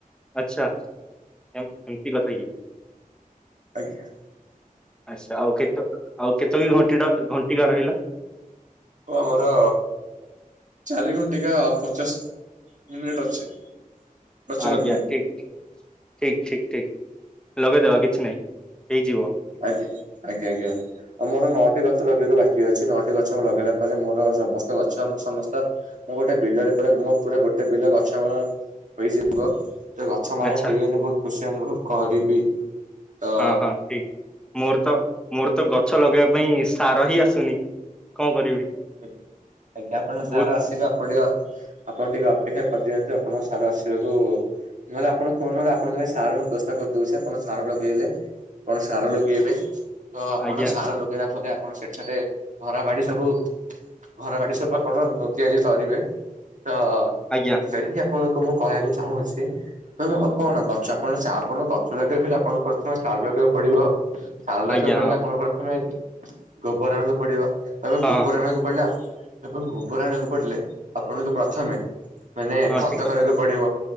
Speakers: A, in the centre; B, on the right.
A: ଆଚ୍ଛା ଏମିତି କଥା କି!
B: ଆଜ୍ଞା
A: ଆଛା। ଆଉ କେତ ଆଉ କେତ ବି ଘଣ୍ଟି ଟା ଘଣ୍ଟିକା ରହିଲା।
B: ଓ ଆମର ଚାରି ଘୁଣ୍ଟିକା ପଚାଶ ମିନିିଟ୍ ଅଛି। ଗଛ
A: ଆଜ୍ଞା।
B: ଲଗେଇବା
A: ଠିକ୍ ଠିକ୍ ଠିକ୍ ଠିକ୍। ଲଗେଇଦବା କିଛି ନାହିଁ। ହେଇଯିବ।
B: ଅଜ୍ଞା, ଆଜ୍ଞା ଆଜ୍ଞା, ଆଉ ମୋର ନଅଟି ଗଛ ଲଗେଇବାକୁ ବାକି ଅଛି। ନଅଟି ଗଛ ଲଗେଇଲା ପରେ, ମୋର ସମସ୍ତ ଗଛ, ଆମ ସମସ୍ତ ତ ମୁଁ ଗୋଟେ ବିଲରେ ପୁରା, ମୋ ପୁରା ଗୋଟେ ବିଲ ଗଛମୟ ହୋଇଯିବ। ତ ଗଛମୟ
A: ଆଚ୍ଛା
B: ହୋଇଗଲେ, ବହୁତ ଖୁସି ଅନୁଭବ କରିବି। ତ
A: ହଁ ହଁ ଠିକ ମୋର ତ, ମୋର ତ ଗଛ ଲଗେଇବା ପାଇଁ ସାର ହି ଆସୁନି। କଣ କରିବି?
B: ଆ-ଆଜ୍ଞା, ଆପଣ ସାର
A: ବହୁତ
B: ଆସିବା ପଡ଼ିବ। ଆପଣ ଟିକେ ଅପ୍ ଅପେକ୍ଷା କରିଦିଅନ୍ତୁ। ଆପଣଙ୍କ ସାର୍ ଆସିବାକୁ ନହେଲେ, ଆପଣଙ୍କୁ କୁହ ନହେଲେ, ଆପଣଙ୍କ ପାଇଁ ସାର ବ୍ୟବସ୍ଥା କରିଦେଉଛି, ଆପଣ ସାର ଲଗେଇଲେ। କଣ ସାର ଲଗେଇବେ। ତ ଆପଣ
A: ଆଜ୍ଞା
B: ସାର ଲଗେଇଲା ପରେ, ଆପଣ ସେଠାରେ ଧରା ବାଡି ସବୁ ଘର ବାଡି ସବୁ ଆପଣ ତିଆରି କରିବେ। ତ,
A: ଆଜ୍ଞା
B: ସେହିଁ ଆପଣ ମୁଁ କହିବାକୁ ଚାହୁଁଅଛି, ଆଉ କଣ ଗଛ, ଆପଣ ସା ଆପଣ ଗଛ ଲଗେଇଲେ, ଆପଣ ପ୍ରଥମେ ସାର କରିବାକୁ ପଡିବ। ଚାଳ ରଖ
A: ଆଜ୍ଞା
B: ପିଲେ
A: ହଁ
B: ଆପଣଙ୍କୁ ପ୍ରଥମେ, ଗୋବରାଣକୁ ପଡିବ। ଏବଂ
A: ହଁ
B: ଗୋବରାଣକୁ ଏବଂ ଭୂ ପରାଣକୁ ପଡିଲେ। ଆପଣଙ୍କୁ ପ୍ରଥମେ ମାନେ
A: ହଁ
B: ଖତ
A: ଠିକ
B: କରିବାକୁ
A: କଥା
B: ପଡିବ।